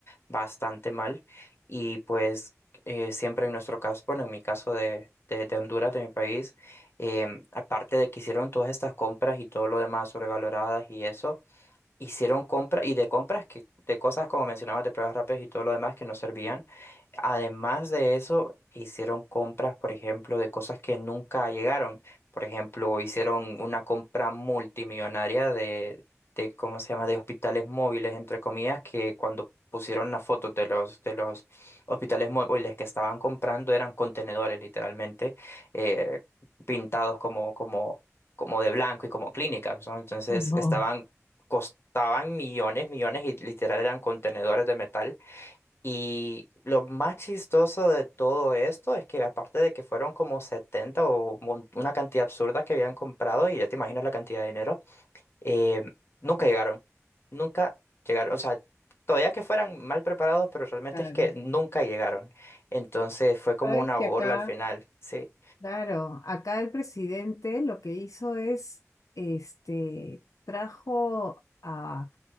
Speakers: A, on the left; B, on the left.
A: bastante mal. Y pues eh, siempre en nuestro caso, bueno, en mi caso de, de, de Honduras, de mi país, em, aparte de que hicieron todas estas compras y todo lo demás sobrevaloradas y eso hicieron compras y de compras que de cosas como mencionabas de pruebas rápidas y todo lo demás que no servían. Además de eso, hicieron compras, por ejemplo, de cosas que nunca llegaron. Por ejemplo, hicieron una compra multimillonaria de, de ¿cómo se llama?, de hospitales móviles, entre comillas, que cuando pusieron las fotos de los, de los hospitales móviles que estaban comprando eran contenedores, literalmente, eh, pintados como, como, como de blanco y como clínicas, ¿no? Entonces
B: No,
A: estaban costaban millones, millones y literal eran contenedores de metal. Y lo más chistoso de todo esto es que aparte de que fueron como 70 o mon- una cantidad absurda que habían comprado, y ya te imaginas la cantidad de dinero, eh, nunca llegaron, nunca llegaron, o sea, todavía que fueran mal preparados, pero realmente
B: claro.
A: es que nunca llegaron. Entonces fue como
B: Sabes
A: una
B: que
A: burla
B: acá
A: al final, sí,
B: Claro, acá el presidente lo que hizo es, este, trajo a,